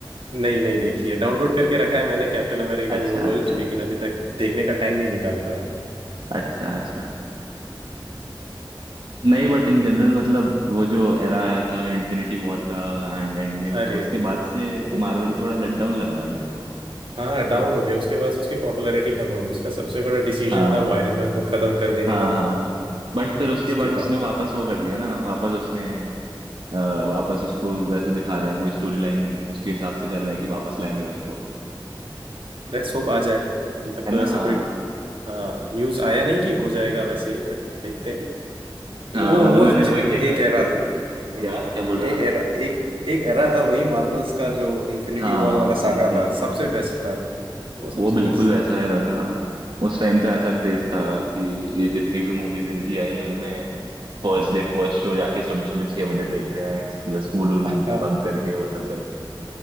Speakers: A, on the right (about 85°); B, on the right (about 65°).
A: नहीं नहीं देखी है डाउनलोड करके रखा है मैंने कैप्टन अमेरिका
B: अच्छा
A: न्यू वर्ल्ड
B: अच्छा
A: लेकिन अभी तक देखने का टाइम नहीं निकाल पाया
B: अच्छा अच्छा नहीं बट इन जनरल मतलब वो जो एरा आया था इन्फिनिटी वॉर का एंड एंड गेम
A: अरे
B: का उसके बाद से
A: वो-
B: मार्वल थोड़ा लट डाउन लग रहा है मेरे को
A: हाँ डाउन हो गया उसके बाद उसकी पॉपुलैरिटी कम हो गई उसका सबसे बड़ा डिसीजन
B: हाँ
A: था वो आयरन मैन को खत्म कर देने
B: हाँ
A: का
B: हाँ बट फिर उसके
A: उसके
B: बाद उसने
A: बाद
B: वापस वो कर दिया ना वापस उसने अ, वापस उसको वैसे दिखा रहे हैं कोई स्टोरी लाइन उसके हिसाब से कर रहे हैं कि वापस लाएंगे उसको
A: लेट्स होप आ जाए अभी तक
B: है
A: तो
B: ना
A: वैसे
B: हाँ
A: कोई
B: हाँ
A: न्यूज आया नहीं कि हो जाएगा वैसे ही बट देखते हैं ये
B: हाँ,
A: वो
B: मतलब
A: वो
B: मैंने
A: ज-
B: वही देखा
A: एक एरा
B: है दो
A: था
B: तीन
A: हम्म,
B: क्या क्या बोल
A: एक
B: रहे हो
A: एरा
B: आप
A: एक एक एरा था वही मार्वल्स का जो इन्फिनिटी
B: हाँ
A: वॉर वाला
B: वो
A: सागा
B: तो
A: था सबसे बेस्ट था वो सबसे
B: वो बिल्कुल
A: बेस्ट
B: वैसा
A: था
B: ही रहा था उस टाइम तो ऐसा क्रेज था कि ये जितनी भी मूवीज इनकी आई उनमें फर्स्ट डे फर्स्ट शो जाके सुबह सुबह छह बजे देख रहे हैं स्कूल
A: हाँ
B: बंक करके वो सब करके